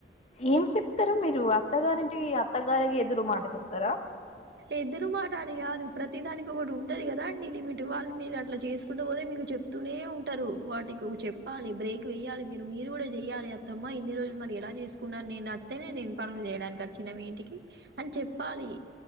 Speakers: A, on the left; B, on the right.
A: ఏం చెప్తారు మీరు అత్తగారింటికి అత్తగారికి ఎదురు మాట చెప్తారా
B: ఎదుర్ మాటని గాదు ప్రతి దానికి ఒకటి ఉంటది కదా అండి లిమిట్ వాళ్ళు మీరు అట్లా చేస్కుంటూ పోతే మీ చెప్తూనే ఉంటారు వాటికి చెప్పాలి బ్రేక్ వేయ్యాలి మీరు మీరు కూడా జేయ్యాలి అత్తమ్మ ఇన్ని రోజులు మరి ఎలా చేస్కున్నారు నేను అత్తేనే నేన్ పనులు జేయడాన్కి అచ్చిన్నా మీ ఇంటికి అని చెప్పాలి